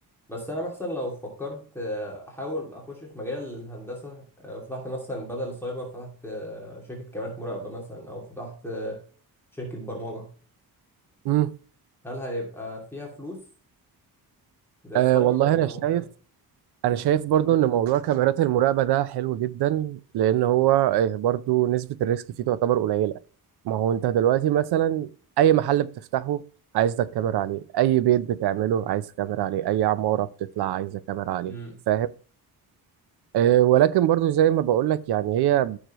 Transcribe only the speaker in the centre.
بس انا مثلا لو فكرت آه، احاول اخش في مجال الهندسه آه، فتحت مثلا بدل السايبر فتحت آه، شركه كاميرات مراقبه مثلا او فتحت آه، شركه برمجه
هل هيبقى فيها فلوس زي
السايبر
ولا
ممكن
مم.
مم.